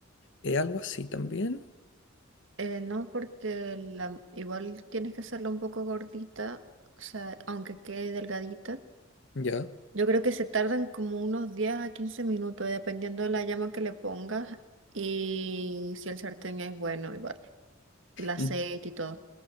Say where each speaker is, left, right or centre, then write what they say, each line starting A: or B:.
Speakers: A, on the left; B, on the right.
A: ¿Es algo así también?
B: Eh, no, porque la, igual tienes que hacerla un poco gordita, o sea, aunque quede delgadita.
A: Ya.
B: Yo creo que se tardan como unos 10 a 15 minutos, dependiendo de la llama que le pongas y si el sartén es bueno, igual. Y el aceite
A: N-
B: y todo.